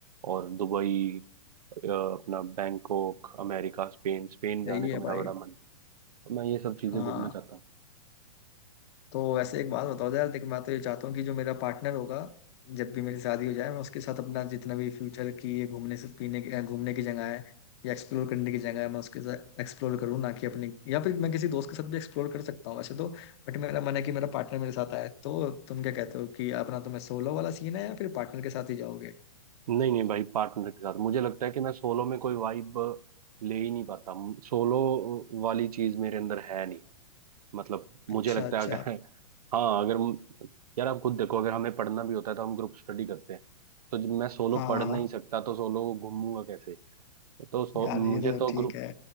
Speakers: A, on the right; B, on the left.
A: और दुबई अ, अपना बैंकॉक अमेरिका स्पेन स्पेन जाने
B: सही
A: का
B: है
A: मेरा
B: भाई
A: बड़ा मन है तो मैं ये सब चीजें
B: हाँ
A: घूमना चाहता हूँ
B: तो वैसे एक बात बताओ यार देख मैं तो ये चाहता हूँ कि जो मेरा पार्टनर होगा जब भी मेरी शादी हो जाए मैं उसके साथ अपना जितना भी फ्यूचर की ये घूमने से पीने की घूमने की जगह है या एक्सप्लोर करने की जगह है मैं उसके साथ एक्सप्लोर करूँ ना कि अपने या फिर मैं किसी दोस्त के साथ भी एक्सप्लोर कर सकता हूँ वैसे तो बट मेरा मन है कि मेरा पार्टनर मेरे साथ आए तो तुम क्या कहते हो कि अपना तुम्हें सोलो वाला सीन है या फिर पार्टनर के साथ ही जाओगे
A: नहीं नहीं भाई पार्टनर के साथ मुझे लगता है कि मैं सोलो में कोई वाइब ले ही नहीं पाता सोलो वाली चीज मेरे अंदर है नहीं मतलब मुझे
B: अच्छा
A: लगता
B: अच्छा
A: है अगर हाँ अगर म- यार आप खुद देखो अगर हमें पढ़ना भी होता है तो हम ग्रुप स्टडी करते हैं तो जब मैं सोलो
B: हाँ
A: पढ़ नहीं
B: हाँ
A: सकता तो सोलो घूमूंगा कैसे तो सो,
B: यार
A: मुझे
B: ये तो
A: तो
B: ठीक
A: ग्रुप
B: है